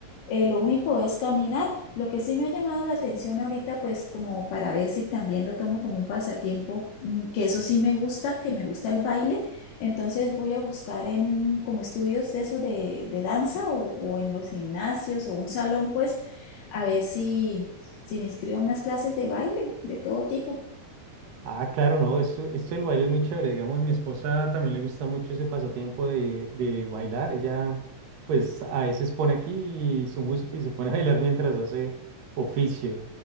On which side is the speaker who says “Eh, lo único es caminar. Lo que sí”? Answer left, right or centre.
Left